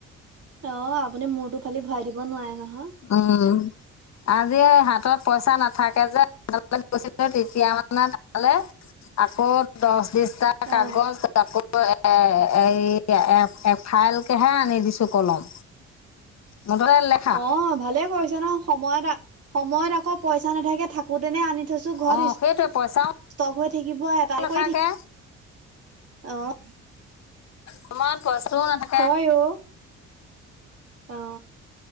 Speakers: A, on the right; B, on the left.
A: অ', আপুনি মূৰতো ফালি ভৰাই দিব নোৱাৰে নহয়।
B: উম। আজি এ হাতত পইচা নাথাকে যে <unintelligible> গৈছিলোঁ তেতিয়া মানে তালে আকৌ দছ দিস্তা
A: অ
B: কাগজ আকৌ <unintelligible> এ এই এ এফাইলকেহে আনি দিছো কলম। মুঠতে লে
A: অ', ভালেই কৰিছে ন সময়ত- সময়ত আকৌ পইচা নাথাকে থাকোতেনে আনি থৈছো ঘৰত
B: অঁ
A: ষ্টক
B: সেইটোৱে পইচাও
A: হৈ থাকিব <unintelligible>
B: নাথাকে
A: অ'।
B: সময়ত পইচাটো নেথা
A: হয় অ'। অ